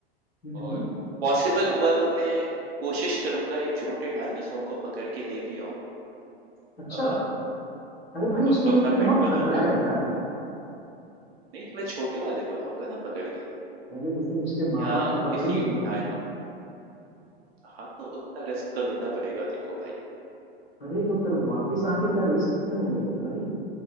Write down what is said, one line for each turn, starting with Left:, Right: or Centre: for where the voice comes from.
Left: हम्म
Right: और पॉसिबल हुआ तो मैं कोशिश करूँगा एक छोटे डायनासोर को पकड़ के ले भी आऊँ।
Left: अच्छा
Right: अ,
Left: अरे भाई उसमें
Right: उसको
Left: लेकिन
Right: अपना
Left: बहुत
Right: पेट बनाऊँगा।
Left: खतरा है यार
Right: नहीं, मैं छोटे वाले को लाऊँगा ना पकड़ के
Left: अरे लेकिन उसके माँ
Right: या
Left: बाप तो पकड़
Right: किसी
Left: ही लेंगे ना
Right: डायना हाँ, तो उतना रिस्क तो लेना पड़ेगा देखो भाई,
Left: अरे तो फिर वापस आने का रिस्क कितने हो जाएगा भाई